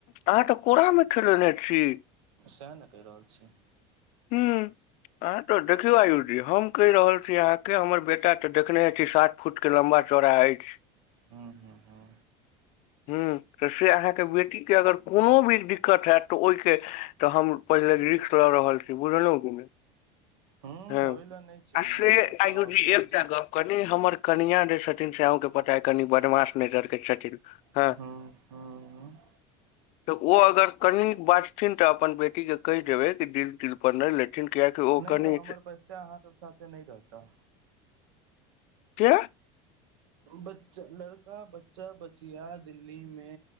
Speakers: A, on the left; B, on the right.
A: अहाँ के कोरामें खेलेने छी
B: सेहै न कहि रहल छी
A: हू आहाँ तो देखियौ आयूष जी हम कहि रहल छी अहाँके हमर बेटा तऽ देखने छी सात फूट के लम्बा चौड़ा अछि
B: हँ हँ हँ
A: ह्म तऽ से अहाँके बेटीके अगर कोनो भी दिक्कत हत तऽ ओहिके तऽ हम पहिले लिख लऽ रहल छी बुझलहु की नहि
B: हूँ
A: हँ
B: ओहि लए नहि छै यौ
A: से
B: ओहि लए
A: आयुष
B: तऽ हम
A: जी
B: अपने
A: एकटा
B: छी
A: गप कनि हमर कनिया जे छथिन से आहूँ के पता या कनि बदमाश नजर के छथिन
B: हूँ
A: ह
B: हूँ हूँ
A: त ओ अगर कनि बाजथिन ता अपन बेटी के कहि देबै बिल तिल औ नाइ लेथिन कियाकि ओ
B: नहि
A: कनी
B: तऽ हमर
A: छै
B: बच्चा अहाँ सब साथे नहि रहता
A: के
B: बच्चा लड़का बच्चा बचिया दिल्ली मे